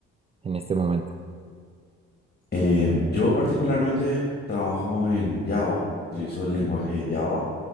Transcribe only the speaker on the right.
en este momento.